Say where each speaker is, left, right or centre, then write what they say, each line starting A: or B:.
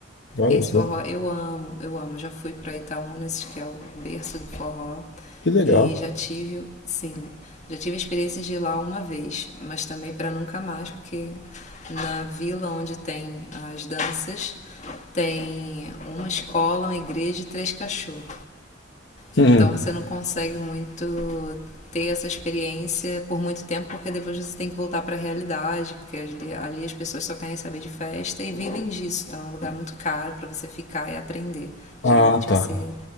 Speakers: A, on the left; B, on the left.
A: olha
B: Esse
A: só,
B: forró eu amo, eu amo. Já fui para Itaúnas, que é o berço do forró,
A: que legal.
B: e já tive, sim, já tive a experiência de ir lá uma vez, mas também para nunca mais, porque na vila onde tem as danças tem uma escola, uma igreja e três cachorros.
A: Hum,
B: Então você não consegue muito ter essa experiência por muito tempo, porque depois você tem que voltar para a realidade, porque ali, ali as pessoas só querem saber de festa e vivem disso. Então é um lugar muito caro para você ficar e aprender.
A: ah,
B: Geralmente
A: tá,
B: você